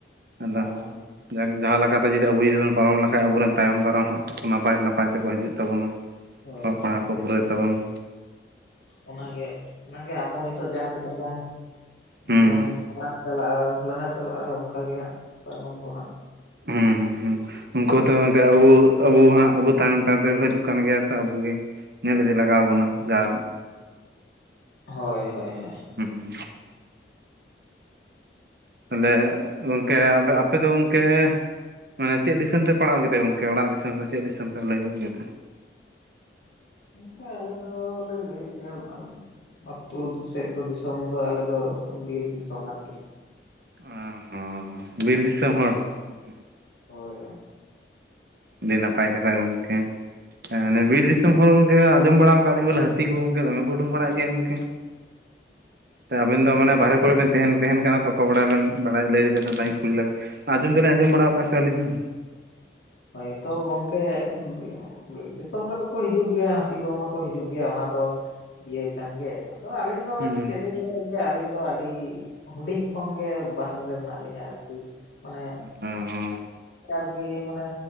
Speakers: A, on the right (about 55°); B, on the left (about 90°).
A: ᱟᱫᱚ
B: ᱦᱮᱸ
A: ᱦᱟᱜᱮ ᱡᱟᱦᱟᱸ ᱞᱮᱠᱟᱛᱮ ᱡᱩᱫᱤ ᱟᱵᱚ ᱡᱩᱫᱤ ᱵᱚᱱ ᱯᱟᱨᱚᱢ ᱞᱮᱠᱷᱟᱡ ᱟᱵᱚᱮᱱ ᱛᱟᱭᱚᱢ ᱫᱟᱨᱟᱢ ᱦᱟᱸᱜ ᱱᱟᱯᱟᱭ ᱱᱟᱯᱟᱭ ᱛᱮᱠᱚ ᱦᱤᱡᱩᱜ ᱛᱟᱵᱚᱱᱟ,
B: ᱦᱳᱭ
A: ᱚᱞᱚᱜ
B: ᱦᱳᱭ
A: ᱯᱟᱲᱦᱟᱜ ᱠᱚ ᱯᱩᱨᱟᱹᱣ ᱛᱟᱵᱱᱟ᱾
B: ᱚᱱᱟᱜᱮ ᱚᱱᱟᱜᱮ ᱟᱵᱚ ᱱᱤᱛᱚᱜ ᱡᱟᱦᱟᱸᱛᱤᱱᱟᱹᱜ ᱵᱚᱱ
A: ᱦᱩᱸ
B: ᱵᱚᱱ <unintelligible> ᱪᱟᱞᱟᱜᱼᱟ, ᱞᱟᱦᱟ ᱪᱟᱞᱟᱜᱼᱟ ᱚᱱᱠᱟ ᱜᱮ ᱦᱟᱸᱜ ᱛᱟᱭᱱᱚᱢ ᱠᱚ ᱦᱟᱸᱜ᱾
A: ᱦᱩᱸ ᱦᱩᱸ ᱦᱩᱸᱜ᱾ ᱩᱱᱠᱩ ᱦᱚᱛᱚ ᱜᱚᱝᱠᱮ ᱟᱵᱚ ᱟᱵᱚ ᱦᱟᱸᱜ ᱟᱵᱚ ᱛᱟᱭᱱᱚᱢ ᱛᱟᱭᱚᱢ ᱛᱮᱠᱚ ᱦᱤᱡᱩᱜ ᱠᱟᱱ ᱜᱮᱭᱟ ᱛᱚ ᱟᱵᱩᱜᱮ ᱧᱮᱞ ᱤᱫᱤ ᱞᱟᱜᱟᱣ ᱵᱚᱱᱟ, ᱡᱟ
B: ᱦᱳᱭ ᱦᱳᱭ ᱦᱳᱭ᱾
A: <inaudible> ᱛᱟᱦᱚᱞᱮ ᱜᱚᱝᱠᱮ ᱟᱯᱮ ᱟᱯᱮ ᱫᱚ ᱜᱚᱢᱠᱮ ᱢᱟᱱᱮ ᱪᱮᱫ ᱫᱤᱥᱚᱢ ᱯᱮ ᱯᱟᱲᱟᱜ ᱠᱮᱫᱟ ᱜᱚᱝᱠᱮ ᱚᱲᱟᱜ ᱫᱤᱥᱚᱢ ᱥᱮ ᱪᱮᱫ ᱫᱤᱥᱚᱢ ᱯᱮ ᱞᱟᱹᱭᱚᱜ ᱜᱮᱭᱟ?
B: ᱱᱚᱝᱠᱟ ᱟᱞᱮ ᱫᱚ ᱞᱮ ᱞᱟᱹᱭᱮᱫ ᱜᱮᱭᱟ ᱟᱹᱛᱩ ᱥᱮᱫ ᱫᱚ ᱫᱤᱥᱚᱢ ᱫᱚ ᱟᱞᱮ ᱫᱚ ᱵᱤᱨ ᱫᱤᱥᱚᱢ ᱟᱨᱠᱤ᱾
A: ᱚ ᱦᱚᱸ ᱵᱤᱨ ᱫᱤᱥᱚᱢ ᱦᱚᱲ? ᱴᱷ ᱜᱮ <inaudible>
B: ᱦᱳᱭ᱾
A: ᱟᱹᱰᱤ ᱱᱟᱯᱟᱭ ᱠᱟᱛᱷᱟ ᱜᱚᱝᱠᱮ
B: ᱦᱮᱸ
A: ᱚᱱᱮ ᱵᱤᱨ ᱫᱤ ᱥᱚᱢ ᱦᱚᱲ ᱜᱚᱝᱠᱮ ᱟᱸᱡᱚᱢ ᱵᱟᱲᱟ ᱠᱟᱜᱞᱤᱧ ᱵᱚᱞᱮ ᱦᱟᱹᱛᱤ ᱠᱚ ᱜᱟᱢᱠᱮ ᱫᱚᱢᱮ ᱠᱚ ᱩᱰᱩ ᱵᱟᱲ ᱜᱮᱭᱟ ᱜᱚᱝᱠᱮ? ᱛᱚ ᱟᱵᱮᱱ ᱫᱚ ᱢᱟᱱᱮ ᱵᱟᱦᱮᱨᱮ ᱠᱚᱨᱮᱵᱮᱱ ᱛᱟᱸᱦᱮᱱ ᱛᱟᱸᱦᱮᱱ ᱠᱟᱱᱟ ᱛᱚᱠᱚ ᱵᱟᱲᱟᱭ ᱵᱮᱱ ᱵᱟᱲᱟᱭ ᱞᱟᱹᱭ ᱞᱮᱫᱟ ᱛᱚ <unintelligible> ᱠᱩᱞᱤ ᱞᱟᱜᱟ ᱟᱸᱡᱚᱢ ᱫᱚᱞᱤᱧ ᱟᱸᱚᱢ ᱵᱟᱲᱟᱣ ᱠᱟᱜᱼᱟ ᱥᱮ ᱟᱹᱞᱤᱧ ᱦᱚᱸ᱾
B: ᱦᱳᱭ ᱛᱚ ᱜᱚᱝᱠᱮ ᱱᱩᱭ ᱫᱤᱥᱚᱢ ᱨᱮᱱ ᱫᱚᱠᱚ ᱦᱤᱡᱩᱜ ᱜᱮᱭᱟ ᱦᱟᱹᱛᱤ ᱠᱚᱦᱚ ᱢᱟᱠᱚ ᱦᱤᱡᱩᱜ ᱜᱮᱭᱟ ᱚᱱᱟ ᱫᱚ ᱤᱭᱟᱹ ᱠᱟᱱ ᱜᱮ ᱟᱫᱚ ᱟᱹᱞᱤᱧ ᱫᱚ
A: ᱦᱩᱸ
B: ᱪᱮᱫ ᱞᱤᱧ ᱞᱟᱹᱭ ᱜᱚᱢᱠᱮ ᱟᱹᱞᱤᱧ ᱫᱚ ᱟᱹᱰᱤ ᱦᱩᱰᱤᱧ ᱠᱷᱚᱱᱜᱮ ᱵᱟᱦᱨᱮ ᱨᱮ ᱢᱮᱱᱟᱜ ᱞᱤᱧᱟᱹ ᱟᱨᱠᱤ ᱚᱱᱮ
A: ᱚᱸᱻ
B: ᱟᱨᱠᱤ ᱢᱟᱱᱮ